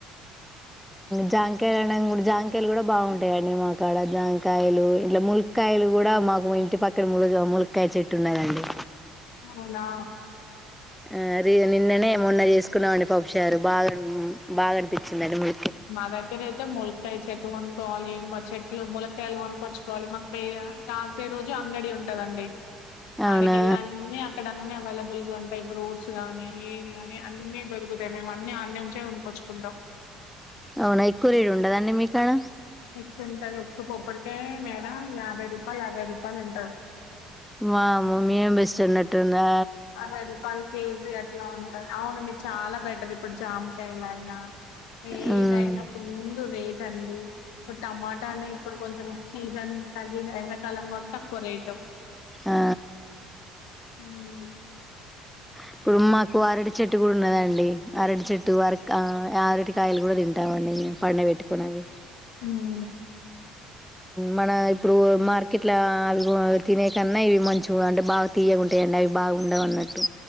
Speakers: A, in the centre; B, on the left (about 80°).
A: జామ్ కాయలు అన్నా కూడా జామ్ కాయలు కూడా బావుంటాయ అండి మా కాడ జామ్ కాయలు ఇట్లా ములక్కాయ్ కాయలు కూడా మాకు ఇంటి పక్కన ము ములక్కాయ్ చెట్టు ఉన్నాద అండి
B: అవునా
A: ఆ రేజన్ నిన్ననే మొన్న చేసుకున్నామండి పపుచారు బాగా బాగా అనిపించ్చిద అండి ము
B: మా దగ్గర అయితే ములక్కాయ్ చెట్టు వనుక్కోవాలి మా చెట్లు ములక్కాయలు వక్కొచ్చుకోవాలి మాకుయ ఇగ కాల్ చే రోజు అంగడి ఉంటద అండి
A: అవునా
B: అడకేళ్ళ అన్నిీ అక్కడ అవైలబుల్ లూ అంటే రోడ్స్ కానీ ఏది గాని అన్ని దొరుకుతాయి మేము అన్ని అన్ని ఆడ్నుంచే కోనుకోచ్చుకుంటామ్
A: అవునా ఎక్కువ రేడ్ ఉండదఅండి మీక్ ఆడ
B: ఎక్కు ఉంటాది ఒక్ పొప్పు అంటే మేడం యాభై రూపాయలు ఆర్ భై రూపాయలు అంటా
A: వామ్మో మేమ్ బేస్ట్ ఉన్నట్ట్ ఉందే
B: అవే రూపాయలు కేజీ ఎట్లా ఉంటంది అవును మీరు చాలా బెటర్ ఇప్పుడు జామ్ కాయలు అయినా ఏదైఅయినా
A: మ్మ్.
B: ఫుల్లు రేటంఅండి ఇప్పుడు టమాటా అని ఇప్పుడు కొంచెం సీజన్ తగిన ఎండాకాలం మొత్తం కొరైటమ్
A: ఆ,
B: హ్ము
A: ఇప్పుడు మాకు అరడి చెట్టు కూడా ఉన్నద అండి ఆరడి చెట్టు ఆరక్క యారటి కాయలు కూడా తింటామ అండి మేము పండ పెట్టుకున్నవి
B: హ్మూ
A: మన ఇప్పుడు మార్కెట్ లా అవి గో తినే కన్నా ఇవి మంచి వండి బాగా తీయకుం టే నైట్ బాగుండవు అన్నట్టు